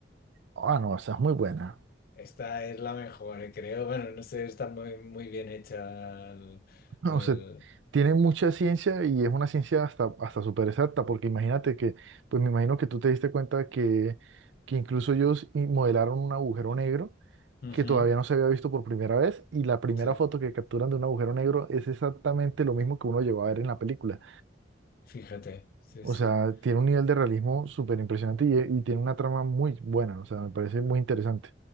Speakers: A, on the right; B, on the left.
A: Ah, no, esa es muy buena. <laughs>
B: Esta es la mejor, eh, creo. Bueno, no sé, está muy, muy bien hecha. el- el-
A: O sea, tiene mucha ciencia y es una ciencia hasta, hasta súper exacta, porque imagínate que, pues me imagino que tú te diste cuenta que, que incluso ellos i- modelaron un agujero negro
B: Ujú,
A: que todavía no se había visto por primera vez y la primera
B: sí,
A: foto que capturan de un agujero negro es exactamente lo mismo que uno llegó a ver en la película.
B: fíjate, sí,
A: O
B: sí.
A: sea, tiene un nivel de realismo súper impresionante y,
B: ujú,
A: y tiene una trama muy buena, o sea, me parece muy interesante.